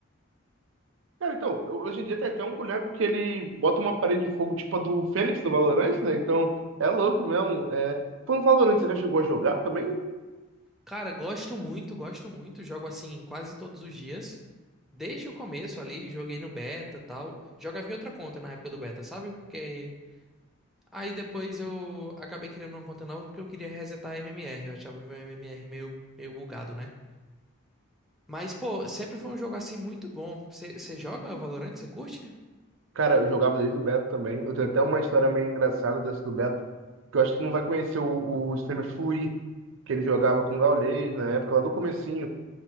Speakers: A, on the right (about 65°); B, in the centre.
A: Cara, então, eu- hoje em dia tem até um boneco que ele bota uma parede de fogo tipo a do Fênix do Valorant, né? Então, é louco mesmo. É... Foi no Valorant, você já chegou a jogar também?
B: Cara, gosto muito, gosto muito, jogo assim quase todos os dias. Desde o começo ali, joguei no beta, tal. Jogava em outra conta na época do beta, sabe? Porque aí depois eu acabei criando uma conta nova porque eu queria resetar a MMR, eu achava meu MMR meio meio bugado, né? Mas, pô, sempre foi um jogo assim muito bom. Você joga Valorant? Você curte?
A: Cara, eu jogava desde o beta também. Eu tenho até uma história meio engraçada dessa do beta, que eu acho que tu não vai conhecer o, o streamer Fluir, que ele jogava com o Gaules na época, lá do comecinho.